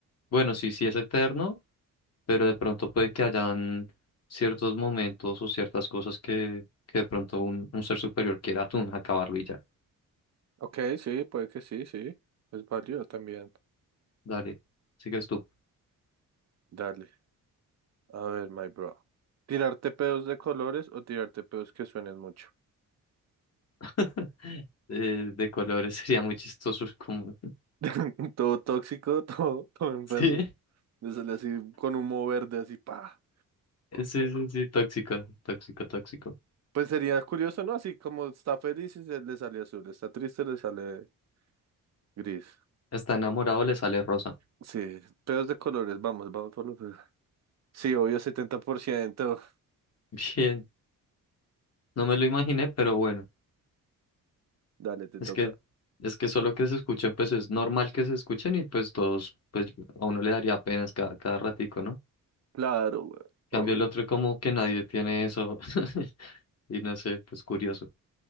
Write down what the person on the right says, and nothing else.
Ok, sí, puede que sí, sí. Es válido también.
Dale. A ver, my bro. ¿Tirarte pedos de colores o tirarte pedos que suenen mucho?
<laughs> Todo tóxico, todo, todo enfermo.
Le sale así con humo verde, así, pa.
Pues sería curioso, ¿no? Así como está feliz y se le sale azul, está triste, le sale gris.
Sí, pedos de colores, vamos, vamos por los pedos. Sí, obvio, 70%.
Dale, te
toca.
Claro, güey, obvio.